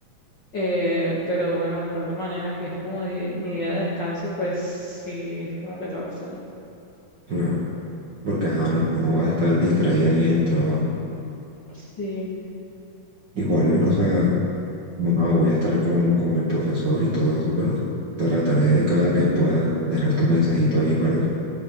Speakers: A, on the left; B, on the right.
A: eh, pero bueno, de pronto mañana que es como di- mi día de descanso, pues sí, es como que te va a extrañar.
B: Claro. Porque, ajá, no, no vas a estar distraída ahí en el trabajo.
A: Sí,
B: Igual, o sea, bueno, ah, voy a estar con, con el profesor y todo eso, pero trataré de cada que pueda dejar tu mensajito ahí para que,